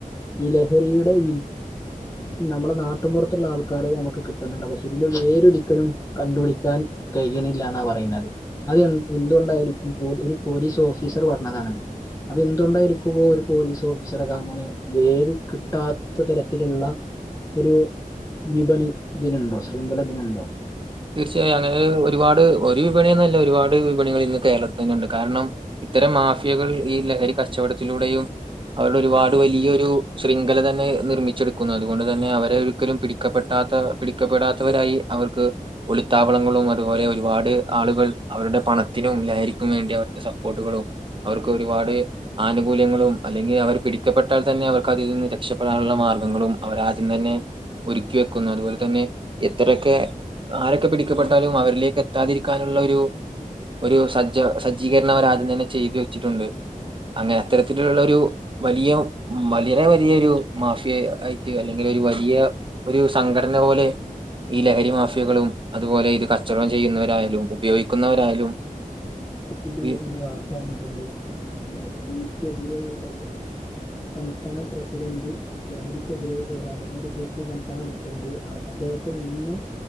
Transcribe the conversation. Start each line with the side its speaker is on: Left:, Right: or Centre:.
Left: ഈ ലഹരിയുടെ വിൽ നമ്മളെ നാട്ടും പൊർത്തുള്ള ആൾക്കാരെ നമക്ക് കിട്ടുണണ്ട് പക്ഷെ ഇതില് വേരൊരിക്കലും കണ്ടുപിടിക്കാൻ. യ്യിണിലാന്നാ പറയുന്നത് അത് എ എന്തുകൊണ്ടായിരിക്കും പൊ ഒരു പോലീസ് ഓഫീസർ പർഞ്ഞതാണത്. അതെന്തോണ്ടായിരിക്കും പോ ഒര് പോലീസ് ഓഫീസറൊക്കെ അങ്ങനെ വേര് കിട്ടാത്ത തരത്തിലുള്ള ഒരു വിപണി ദിനണ്ടോ ശൃംഖല ദിനണ്ടോ
Right: തീർച്ചയായു അങ്ങനെ ഒരുപാട് ഒരു വിപണ്യൊന്നല്ല ഒരുപാട് വിപണികൾ ഇന്ന് കേരളത്തിൽ തന്നെണ്ട് കാരണം. ഇത്തരം മാഫിയകൾ ഈ ലഹരി കച്ചവടത്തിലൂടെയും അവരുടെ ഒരുപാട് വലിയൊരു ശൃംഖലതന്നെ നിർമ്മിച്ചെടുക്കുന്നു അതുകൊണ്ട്തെന്നെ അവരെ ഒരിക്കലും പിടി ക്കപ്പെട്ടാത്ത പിടിക്കപ്പെടാത്തവരായി അവർക്ക് ഒളിത്താവളങ്ങളും അതുപോലെ ഒരുപാട് ആളുകൾ അവരുടെ പണത്തിനും ലഹരിക്കും വേണ്ടി അവർക്ക് സപ്പോർട്ടുകളും അവർക്കൊരുപാട്. ആനുകൂല്യങ്ങളും അല്ലെങ്കിൽ അവർ പിടിക്കപ്പെട്ടാൽതന്നെ അവർക്ക് അതിൽനിന്ന് രക്ഷപ്പെടാനുള്ള മാർഗ്ഗങ്ങളും അവരാദ്യംതെന്നെ ഒരുക്കിവെക്കുന്നു അതുപോല്തെന്നെ എത്രയൊക്കെ ആരൊക്കെ പിടിക്കപ്പെട്ടാലും അവരിലേക്ക് എത്താതിരിക്കാനുള്ളൊരു ഒരു സജ്ജ സജ്ജീകരണ അവരാദ്യംതന്നെ ചെയ്ത് വെച്ചിട്ടുണ്ട്. അങ്ങനെ അത്തരത്തിലുള്ളൊരു വലിയ, വളരെ വലിയൊരു മാഫിയ ആയിറ്റ് അല്ലെങ്കിൽ ഒര് വലിയ ഒരു സംഘടനപോലെ ഈ ലഹരിമാഫി യകളും അതുപോലെ ഇത് കച്ചവടം ചെയ്യുന്നവരായാലും ഉപയോഗിക്കുന്നവരായാലും
Left: അഹ് ഇതില്
Right: ഈ
Left: ഒര് വാർത്ത വന്നിട്ടുണ്ട് ഉം ലഹരിക്കെതിരെയുള്ളൊരു സംസ്ഥാന പ്രസിഡന്റ് ലഹരിക്കെതിരെ പോരാടുന്നൊരു ഗ്രൂപ്പിന്റെസംസ്ഥാന പ്രസിഡന്റ് ആ അദ്ദേഹത്തിന് ഇന്ന്